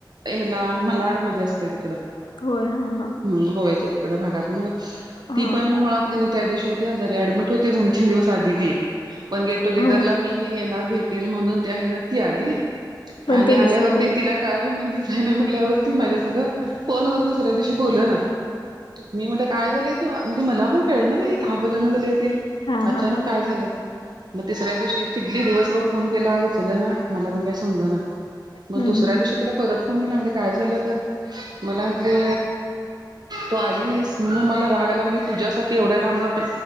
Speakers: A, on the right; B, on the left.
A: हेला म्हलाडमध्ये असत्या तिकडं
B: होय हा हा
A: हम्म गोव्याच्या तिकडं भागात म
B: हा.
A: ती
B: हा.
A: पण मुळात कने त्या दिवशी होती आजारी, ऍडमिट होती दोन तीन दिवस आधी ती. पण गेट टुगेदरला
B: होय
A: मी ही येणार भेटेल म्हणून त्या हेनं ती आली
B: पण
A: आणि
B: तुम्हीच
A: आल्यावरती
B: नाही गेला
A: तिला त्यावेळेला मी दिसाय नाही म्हणल्यावरती, माझ्या संग फोन वर दुसऱ्या दिवशी बोलनां. मी म्हणल काय झालंय तू अ म्हणजे मला पण कळे‌ना ही का बोलना झालीये ते.
B: हा
A: अचानक
B: हा हा
A: काय झालं मग तिसऱ्या दिवशी चिडली दिवसभर फोन केला, उचलना मला पण काय समजना. मग
B: हम्म
A: दुसऱ्या
B: हम्म.
A: दिवशी तिला परत फोन केला, म्हणलं काय झालं? तर मला म्हंटली तू आली नाहीस म्हणून मला राग आला. मी तुझ्यासाठी एवढ्या लांबन ट